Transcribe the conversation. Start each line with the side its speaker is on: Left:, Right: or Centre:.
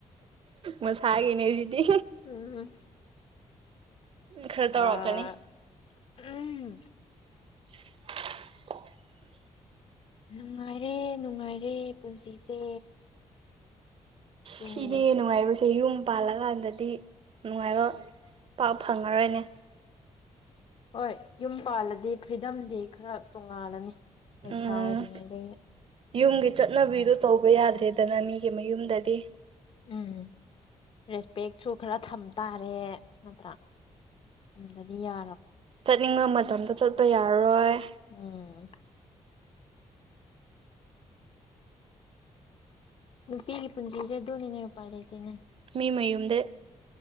Right: ꯃꯁꯥꯒꯤꯅꯦ ꯁꯤꯗꯤ
Left: ꯎꯝ
Right: ꯈꯔ
Left: ꯑ
Right: ꯇꯧꯔꯛꯀꯅꯤ
Left: ꯎꯝ
Right: <unintelligible>
Left: ꯅꯨꯡꯉꯥꯏꯔꯦ ꯅꯨꯡꯉꯥꯏꯔꯦ ꯄꯨꯟꯁꯤꯁꯦ ꯁꯤꯅꯤ
Right: ꯁꯤꯅꯦ ꯅꯨꯡꯉꯥꯏꯕꯁꯦ ꯌꯨꯝ ꯄꯥꯜꯂꯀꯥꯟꯗꯗꯤ ꯅꯨꯡꯉꯥꯏꯕ ꯄꯥꯛ ꯐꯪꯉꯔꯣꯏꯅꯦ
Left: ꯍꯣꯏ ꯌꯨꯝ ꯄꯥꯜꯂꯗꯤ ꯐ꯭ꯔꯤꯗꯝꯗꯤ ꯈꯔ ꯇꯣꯡꯉꯥꯜꯂꯅꯤ ꯂꯩꯁꯥ
Right: ꯎꯝ
Left: ꯑꯣꯏꯔꯤꯉꯩꯗꯒꯤ
Right: ꯌꯨꯝꯒꯤ ꯆꯠꯅꯕꯤꯗꯣ ꯇꯧꯕ ꯌꯥꯗ꯭ꯔꯦꯗꯅ ꯃꯤꯒꯤ ꯃꯌꯨꯝꯗꯗꯤ
Left: ꯎꯝ ꯔꯦꯁꯄꯦꯛꯁꯨ ꯈꯔ ꯊꯝ ꯇꯥꯔꯦ ꯅꯠꯇ꯭ꯔꯥ ꯊꯝ ꯑꯗꯨꯗꯤꯌꯥ
Right: ꯆꯠꯉ ꯃ ꯃꯇꯝꯗ ꯆꯠꯄ ꯌꯥꯔꯔꯣꯏ
Left: ꯎꯝ ꯅꯨꯄꯤꯒꯤ ꯄꯨꯟꯁꯤꯁꯦ ꯑꯗꯨꯣꯅꯤꯅꯦ ꯎꯄꯥꯏ ꯂꯩꯇꯦꯅꯦ
Right: ꯃꯤ ꯃꯌꯨꯝꯗ